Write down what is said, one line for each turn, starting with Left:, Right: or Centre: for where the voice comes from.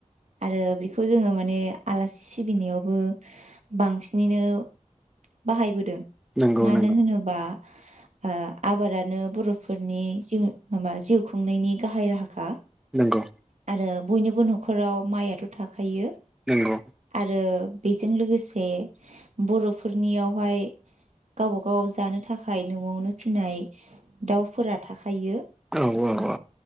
Right: आरो बेखौ जोङो माने आलासि सिबिनायावबो बांसिनैनो बाहायबोदों।
Centre: नंगौ
Right: मानो
Centre: नंगौ
Right: होनोबा ओ आबादानो बरफोरनि जिउ माबा जिउ खुंनायनि गाहाय राहाखा।
Centre: नंगौ।
Right: आरो बयनिबो न'खराव माइआथ‌ थाखायो।
Centre: नंगौ
Right: आरो। बेजों लोगोसे बरफोरनियावहाय गावबा गाव जानो थाखाय नआवनो। फिनाय दाउफोरा थाखायो।
Centre: औ ओ ओ।